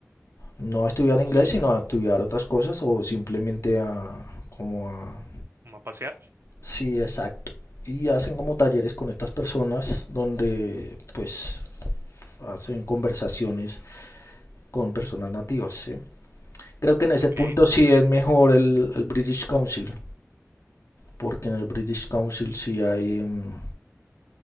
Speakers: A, on the left (about 85°); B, on the right (about 60°).
A: no a estudiar inglés,
B: Sí,
A: sino a estudiar otras cosas o simplemente a como a...
B: como a pasear.
A: Sí, exacto. Y hacen como talleres con estas personas donde pues hacen conversaciones con personas nativas. ¿sí? Creo que en ese
B: Ok,
A: punto sí es mejor el, el British Council, porque en el British Council sí hay mm,